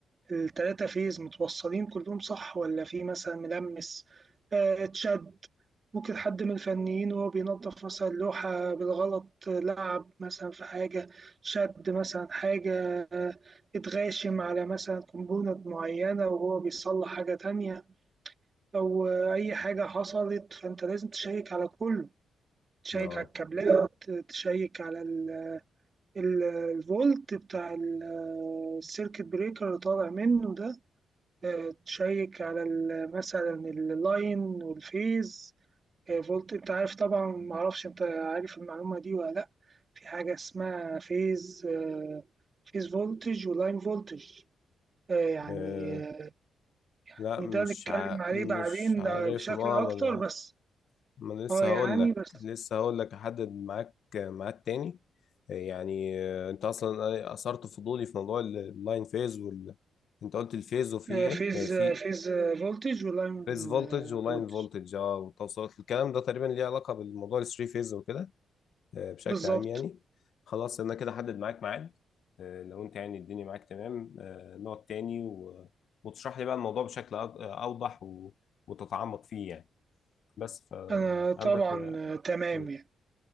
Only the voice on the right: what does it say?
التلاتة فيز متوصلين كلهم صح ولا في مثلا ملمس آه، اتشد ممكن حد من الفنيين وهو بينظف مثلا لوحة بالغلط لعب مثلا في حاجة شد مثلا حاجة آه، اتغاشم على مثلا كومبوننت معينة وهو بيصلح حاجة تانية أو آه، أي حاجة حصلت فأنت لازم تشيك على كله تشيك
على الكابلات تشيك على ال- ال- الفولت بتاع ال- السيركت بريكر اللي طالع منه ده آه، تشيك على ال- مثلا اللاين والفيز آه، فولت انت عارف طبعا ما اعرفش انت عارف المعلومه دي ولا لا في حاجه اسمها فيز آه، فيز فولتج ولاين فولتج آه، يعني
آه،
يعني
ده نتكلم
عليه
بعدين
آه، بشكل
اكتر
بس
اه يعني
بس
آه، فيز
آه، فيز آه، فولتج ولاين
آه،
فولتج
بالظبط
انا طبعا
آه، تمام
يعني